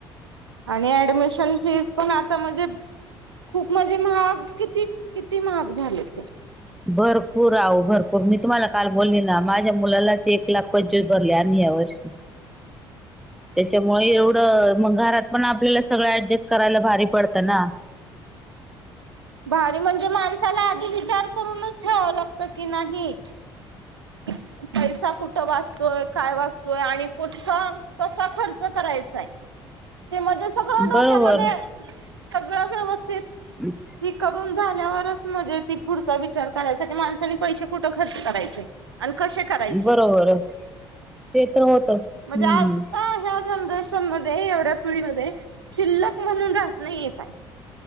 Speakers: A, on the right; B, in the centre.
A: आणि ऍडमिशन फीजपण आता म्हणजे, खूप म्हणजे महाग किती-किती महाग झाले त्या
B: भरपूर आहो भरपूर मी तुम्हाला काल बोलली ना, माझ्या मुलालाच एक लाख पंचवीस भरले आम्ही यावर्षी हं <inaudible> त्याच्यामुळे एवढं मग घरात पण आपल्याला सगळं ऍडजस्ट करायला भारी पडतं ना,
A: भारी म्हणजे माणसाला आधी विचार करूनच ठेवावं लागत की नाही, पैसा कुठं वाचतोय? काय वाचतोय आणि कुठचा? कसा खर्च करायचा आहे ते म्हणजे डोक्यामध्ये.
B: बरोबर
A: सगळं व्यवस्थित.
B: <inaudible>
A: ही करून झाल्यावरच म्हणजे ती पुढचा विचार करायचा की माणसनी पैसे कुठं खर्च करायचे. आणि कसे करायचे
B: बरोबर ते तर होतच
A: म्हणजे
B: हम्म
A: आता ह्या. जनरेशन मध्ये एवढ्या पिढी म शिल्लक म्हणून राहत नाही येत आहे.